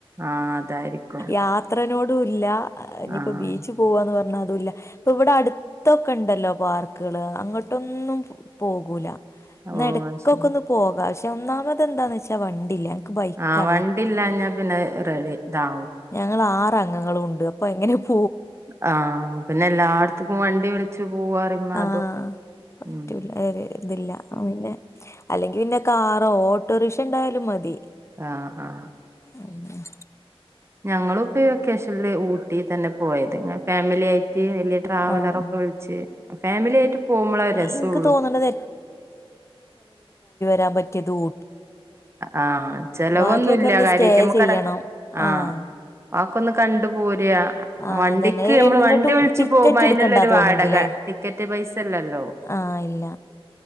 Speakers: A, on the right; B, on the left.
A: ആഹ് അതായിരിക്കും
B: യാത്ര നോടൂല്ല ആ ഇനീപ്പം
A: ആഹ്
B: ബീച്ചിൽ പോവാന്ന് പറഞ്ഞാ ല്ല ഇപ്പം ഇവടെ അടുത്തൊക്കെണ്ടല്ലോ പാർക്കുകള് അങ്ങോട്ടൊന്നും പോകൂല ഇന്ന
A: ഓഹ്
B: ഇടക്കൊക്കെ
A: അത് ശരി
B: ഒന്നു പോകാ ഒന്നാമത് എന്താന്നു വെച്ച വണ്ടിയില്ല ബൈക്കാ
A: ആ വണ്ടി ഇല്ലഞ്ഞ പിന്നെ റെഡി താ
B: ഞങൾ ആ അംഗങ്ങളും ഉണ്ട് അപ്പൊ എങ്ങനെയാ <unintelligible>
A: ആ പിന്നെ ഇപ്പൊ എല്ലാടത്തും വണ്ടി വിളിച്ചു പോവാറിയുമ്പോ
B: ആ
A: അതും
B: <unintelligible>
A: ഉം
B: തില്ല ആ ന്നെ അല്ലെങ്കി പിന്നെ കാറോ ഓട്ടോറിക്ഷ ണ്ടായാലും മതി
A: ആ ആ
B: ഉം
A: ഞങ്ങളും പ്പ ഈ വെക്കേഷനിൽ ഊട്ടി തന്നെ പോയത് ഫാമിലി ആയിട്ട് വലിയ ട്രാവലർ
B: ആഹ്
A: ഒക്കെ വിളിച്ചു ഫാമിലി ആയിട്ട് പോകുമ്പോഴേ രസ്
B: എനിക്ക്
A: ഉള്ളൂ
B: തോന്നുന്നത് രാൻ പറ്റിയത് ഊ
A: ആ ചിലവ്
B: ബാക്കിയൊക്കെ
A: ഒന്നും ഇല്ല
B: ഒന്ന് സ്റ്റേ
A: <unintelligible>
B: ചെയ്യണം. ആഹ്
A: ആ കൊന്നു കണ്ട് പോ <unintelligible>
B: ആഹ്
A: വണ്ടിക്ക്
B: അതന്നെ
A: നന്മ
B: എങ്ങട്ടും
A: വണ്ടി വിളിച്ചു
B: ടിക്കറ്റ്
A: പോകുമ്പോ അതിനുള്ള
B: എടുക്കണ്ടാ
A: ഒരു
B: തോന്ന്ണ്ട്ല്ലേ?
A: വാടക ടിക്കറ്റ് പൈസ ഇല്ലല്ലോ
B: ആഹ് ഇല്ല